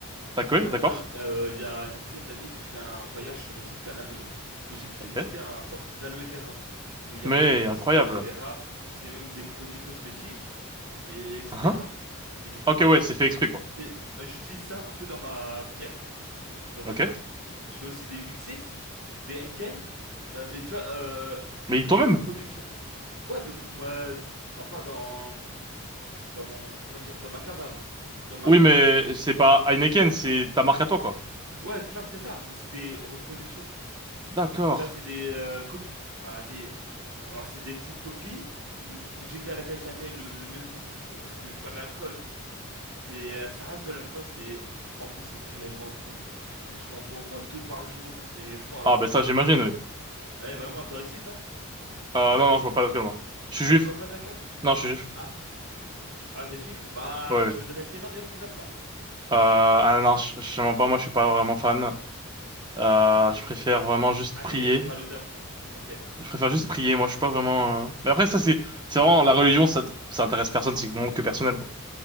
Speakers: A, on the right; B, on the right.
A: D'accord,
B: Tu
A: oui,
B: vois,
A: d'accord.
B: moi, euh, il y a une dizaine d'années, j'ai fait un voyage sur les îles Canaries où j'ai pu
A: Ok.
B: visiter un centre d'aloe vera, où il y
A: Mais
B: avait des boissons
A: incroyable.
B: d'aloe vera, ils faisaient même des produits cosmétiques, et etc.
A: Ah, ah.
B: Et du coup,
A: Ok, ouais, c'est fait exprès, quoi.
B: c'est- j'utilise ça un peu dans ma bière, sans
A: Ok.
B: alcool. Je fais aussi des 8-6, des Henken, euh, mais tu vois, euh,
A: Mais toi-même?
B: des reproductions. Ouais, de, mon- euh, enfin, dans, dans mon, comment dire, dans ma cave à vin. Dans ma
A: Oui,
B: ca-
A: mais
B: cave.
A: c'est pas Heineken, c'est ta marque à toi, quoi.
B: Ouais, non, mais c'est ça, mais c'est des reproductions.
A: D'accord.
B: Ça, c'est des euh, copies. Voilà, des... Alors, c'est des petites copies. M- J'égalerai jamais le, le même goût qu'ils font parce que tu vois, de l'alcool, c'est, euh, ça reste de l'alcool. C'est, en plus, c'est tellement bon. Et je m'en bois au moins deux par jour. C'est fort.
A: Ah, ben ça,
B: <laughs>
A: j'imagine, oui.
B: Ouais, vraiment, toi aussi, non?
A: Euh, non, non, je bois pas d'alcool, moi. Je suis
B: Ah,
A: juif.
B: tu bois pas d'alcool?
A: Non, je suis juif.
B: Ah, ah, t'es juif. Bah,
A: Ouais, ouais.
B: tu
A: Euh,
B: voudrais essayer ma bière sans alcool?
A: ah non, je je mens pas, moi, je suis pas vraiment fan. Euh,
B: Ok.
A: je préfère vraiment juste
B: Ah,
A: prier.
B: t'es- t'aimes pas l'odeur. Ok.
A: Je préfère juste prier, moi, je suis pas vraiment... euh, Mais après, ça, c'est c'est vraiment... La religion, ça, ça intéresse personne, c'est vraiment que personnel, quoi.